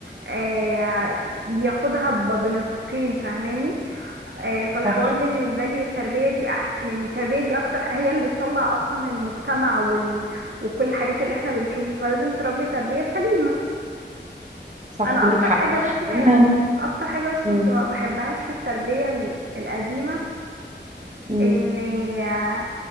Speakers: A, on the right; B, on the right.
A: آه بياخدها ب- بنطاقين فاهماني آه، فالحوار
B: صح
A: بالنسبة لي التربية دي أحسن يعني التربية دي أكتر هي اللي بتطلع أصلا المجتمع وال... وكل الحاجات اللي احنا بنشوفه فلازم تربي تربية سليمة
B: صح
A: أنا
B: عندك
A: أكتر
B: حق
A: حاجة بس كانت
B: لان
A: أكتر حاجة بس كنت
B: امم
A: ما بحبهاش في التربية ال- القديمة
B: امم
A: إن آه،